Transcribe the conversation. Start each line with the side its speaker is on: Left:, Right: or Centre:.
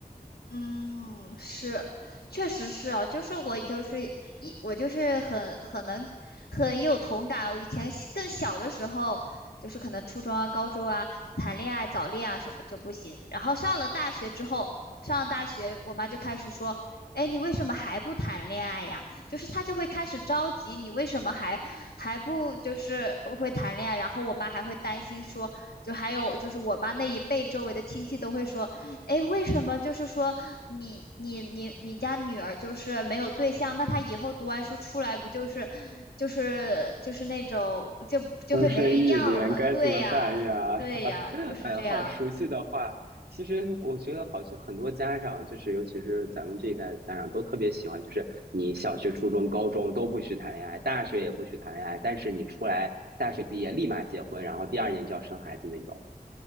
Left: 嗯，是，确实是啊，就是我就是一我就是很很能很有同感。我以前小更小的时候，就是可能初中啊、高中啊，谈恋爱、早恋啊什么就不行。然后上了大学之后，上了大学，我妈就开始说：“哎，你为什么还不谈恋爱呀？”就是她就会开始着急，你为什么还还不就是会谈恋爱？然后我妈还会担心说，就还有就是我妈那一辈周围的亲戚都会说。诶，为什么就是说你你你你家女儿就是没有对象，那她以后读完书出来不就是就是就是那种就就会没人要了？
Right: 孤身一人该怎么办呀？
Left: 对呀，对呀，
Right: <laughs>
Left: 就是这样。
Right: 哎呀，好熟悉的话。其实我觉得好像很多家长，就是尤其是咱们这一代的家长，都特别喜欢，就是你小学、初中、高中都不许谈恋爱，大学也不许谈恋爱，但是你出来大学毕业立马结婚，然后第二年就要生孩子那种。